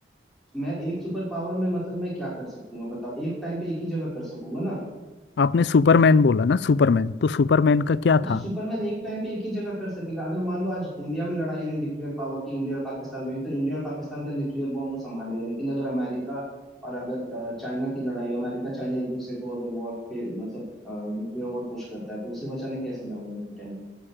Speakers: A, in the centre; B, on the left.
A: मैं एक सुपर पावर में मतलब मैं क्या कर सकूंगा बताओ एक टाइम पे एक ही जगह कर सकूंगा ना
B: आपने सुपरमैन बोला ना सुपरमैन तो सुपरमैन का क्या
A: हाँ तो
B: था
A: सुपरमैन एक टाइम पे एक ही जगह कर सकेगा अगर मान लो आज इंडिया में लड़ाई हो रही न्यूक्लियर पावर की इंडिया और पाकिस्तान की तो इंडिया और पाकिस्तान का न्यूक्लियर बॉम्ब वो संभालेगा लेकिन अगर अमेरिका और अगर अ, चाइना की लड़ाई हो अमेरिका चाइना एक दूसरे को अगर वॉर पे मतलब न्यूक्लियर वॉर पुश करता है तो उसे बचाने कैसे जाऊंगा एक टाइम पे